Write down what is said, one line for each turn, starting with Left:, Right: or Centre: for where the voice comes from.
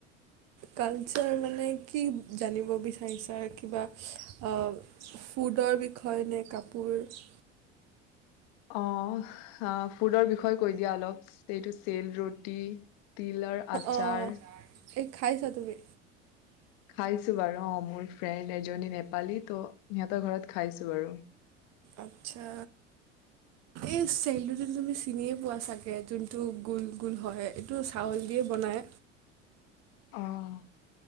Right: কালচাৰ মানে কি? জানিব বিচাৰিছা কিবা ফুডৰ বিষয়ে নে কাপোৰ।
Left: অ', ফুডৰ বিষয়ে কৈ দিয়া অলপ এইটো চেল ৰুটি। তিলৰ আচাৰ।
Right: অ', এই খাইছা তুমি?
Left: খাইছো বাৰু। অ', মোৰ ফ্ৰেণ্ড এজনী নেপালী ত' সিহঁতৰ ঘৰত খাইছো বাৰু।
Right: আচ্ছা এই চেলটো যদি তুমি চিনিয়ে পোৱা চাগে যোনটো গোল গোল হয়। এইটো চাউল দিয়ে বনাই।
Left: অ'।